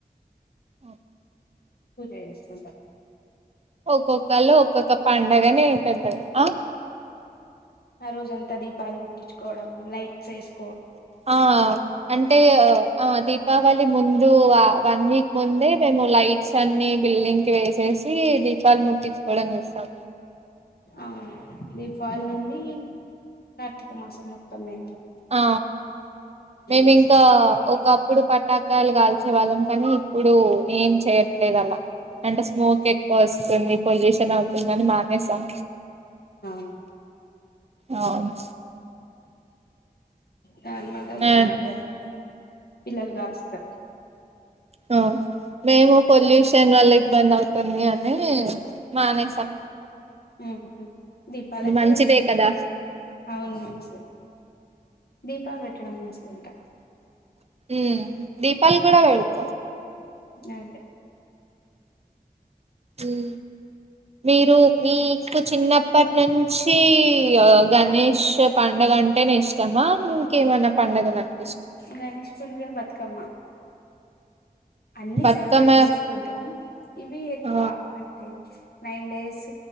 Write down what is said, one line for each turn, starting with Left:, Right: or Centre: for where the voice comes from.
Right: ఓక్
Left: ఏసుకుంటా
Right: ఒక్కొక్కళ్లు ఒక్కొక్క పండగనే పెద్దగా అ
Left: ఆ రోజ అంతా దీపాలు ముట్టించుకోవడం లైట్స్ వేసు
Right: ఆ అంటే ఆ దీపావళి ముందు అ వన్ వీక్ ముందే మేము లైట్స్ అన్ని బిల్డింగ్ కీ వేసి సి దీపాలు ముట్టించుకోవడం చేస్తాం
Left: అవును దీపావళి నుండి కార్తీక మాసం మొత్తంమి
Right: ఆ మేము
Left: ఉంచుతాం
Right: ఇంకా ఒకప్పుడు పటాకాయలు కాల్చేవాళ్ళం కానీ ఇప్పుడు ఏం చేయట్లేదు అలా అంటే స్మోక్ ఎక్కువ వస్తుంది పొల్యూషన్ అవుతుందని మానేసాం
Left: అవునా
Right: అవును
Left: నార్మల్గా ఇగ
Right: ఆ
Left: మా గాలి పిల్లలు కాలుస్తారు
Right: మ్మ్ మేము పొల్యూషన్ వల్ల ఇబ్బంది అవుతుంది అని మానేసాం
Left: హ్మ దీపాలైతే
Right: ఇది మంచిదే కదా
Left: అవును మనం దీపాలు పేట్టడము మంచిది అంట
Right: మ్మ్ దీపాలు కూడా పెడుత్
Left: అదే
Right: మ్మ్ మీరు మీకు చిన్న ఇప్పటి నుంచి గణేష్ పండుగ అంటే న ఇష్టమా ఇంకేమనా పండుగలంటే
Left: గణేష్ పండుగ బతుకమ్మ అన్ని
Right: బతుకమ్మ
Left: సెలబ్రేట్ చేసుకుంటాం ఇవి ఎక్కువ
Right: ఆ
Left: అంటే నైన్ డేస్